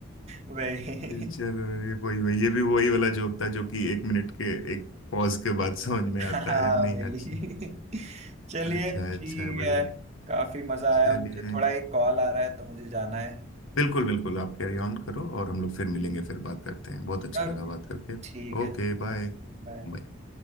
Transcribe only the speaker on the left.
चलो ये वही वही ये भी वही वाला जोक था जो कि एक मिनट के एक पॉज के बाद समझ में
आता है नहीं
अच्छा
अच्छा
अच्छा बढ़िया
चलिए
बिल्कुल बिल्कुल आप कैरी ऑन करो और हम लोग फिर मिलेंगे फिर बात करते हैं बहुत अच्छा
लगा बात करके
Okay bye
बाय।